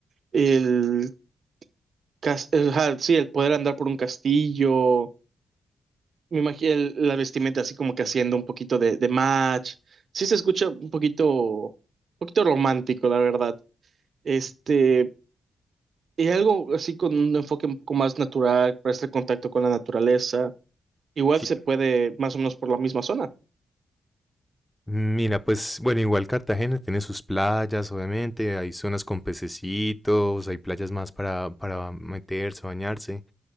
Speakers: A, on the right (about 60°); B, in the centre.
A: El, cas- el- ajá, sí, el poder andar por un castillo, me imagino el- la vestimenta así como que haciendo un poquito de, de match. Sí se escucha un poquito, un poquito romántico, la verdad. Este, Y algo así con un enfoque un poco más natural, para este contacto con la naturaleza. Igual
B: Sí.
A: se puede más o menos por la misma zona.
B: Mira, pues bueno, igual Cartagena tiene sus playas, obviamente, hay zonas con pececitos, hay playas más para, para meterse, bañarse,